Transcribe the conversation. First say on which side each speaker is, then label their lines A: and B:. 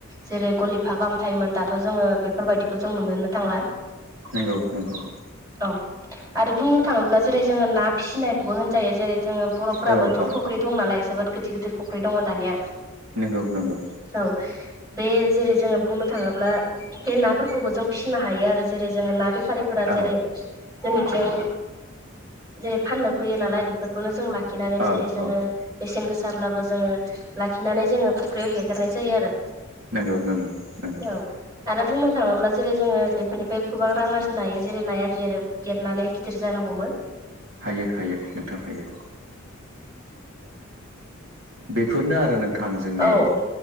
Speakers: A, on the right; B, on the right.
A: जेरै गलिफा गाहाम थायोमोन दाथ' जोङो बेफोरबायदिखौ जों नुुनोनो थांला।
B: नोंंगौ नोंगौ
A: औ आरो बुंनो थाङोब्ला जेरै जोङो ना फिसिनायखौबो होन जायो जेरै जोङो बर'फ्राबोथ'
B: औ औ
A: फुख्रि दं नालाय जोबोद गिदिर गिदिर फुख्रि दङ दानिया
B: नंगौ नंगौ
A: औ बे जेरै जोङो बुंनो थाङोब्ला बे नाफोरखौबो जों फिसिनो हायो आरो जेरै जोङो ना बे बेफारिफोरा जेरै
B: औ
A: जोंनिथिं जेरै फाननो फैयो नालाय बे नो जों लाखिनानै
B: औ
A: जेरै जोङो
B: औ
A: बेसेन गोसा। जाब्लाबो जोङो लाखिनानै जोङो फुख्रियाव हेगारनाय जायो आरो।
B: नंगौ नंगौ नंगौ
A: औ आरो बुंनो थाङोब्ला जेरै जोङो बे बेफोरनिफ्राय गोबां रां आरजि नायो जेरै नायाादि आरो देरनानै गिदिर जानो हमो।
B: हायो हायो नोंथां हायो। बेफोरनो आरो नोंथां जोंनि
A: औ